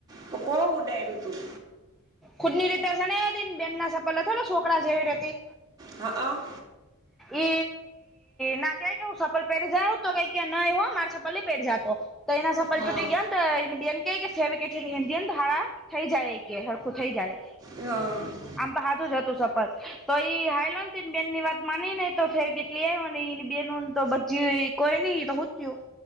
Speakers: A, on the right (about 20°); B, in the centre.
A: તો કો ઉડાડું તું.
B: ખુદની રીતેને બેનના સપલ થોડા છોકરા જેવી રતી.
A: હા.
B: એ ના ક્યાં કે સપલ પહેરી જ આવ તો કઈ ક ના હો મારે સપલ પેટ જાતો કઈ ના સ પલ
A: હા
B: ટૂટેટી જ્ઞાન. બેને ક ફેવ છે. હિન્દી ધારા થઈ જાય કે હળખું થઈ જાય.
A: હ
B: આમ તો હજુ જ હતું સફર તો એઈ હાઈલોન બેન ની વાત માની નહ તો ફેરી કે મ એની બે ન તો બચી કોઈ નઈ તો હુંયું.